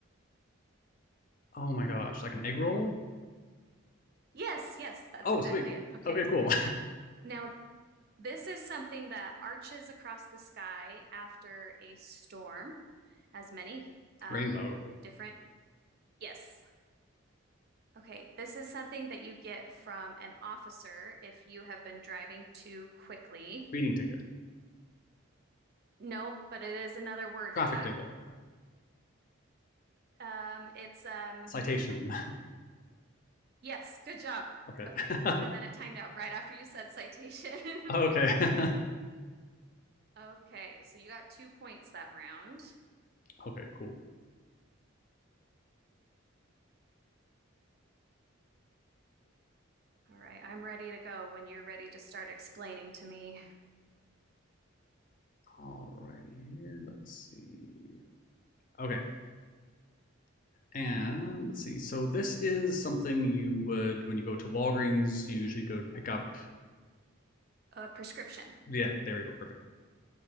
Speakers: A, on the left; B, on the right.
A: oh my gosh, like an egg roll?
B: Yes, yes, that's
A: Oh,
B: exactly
A: sweet.
B: it. Okay.
A: Okay, cool.
B: Now, this is something that arches across the sky after a storm, as many um,
A: <laughs> Rainbow,
B: different. Yes. Okay. This is something that you get from an officer if you have been driving too quickly.
A: speeding ticket,
B: Nope, but it is another word
A: traffic
B: for that.
A: ticket,
B: Um, it's um,
A: citation.
B: yes, good job.
A: <laughs> Okay.
B: Okay.
A: <laughs>
B: And then it timed out right after you said citation.
A: Okay.
B: <laughs>
A: <laughs>
B: Okay, so you got two points that round.
A: Okay, cool.
B: All right, I'm ready to go when you're ready to start explaining to me.
A: All right, here, let's see. Okay, And let's see. So this is something you would when you go to Walgreens, you usually go to pick up.
B: A prescription.
A: Yeah, there we go. Perfect.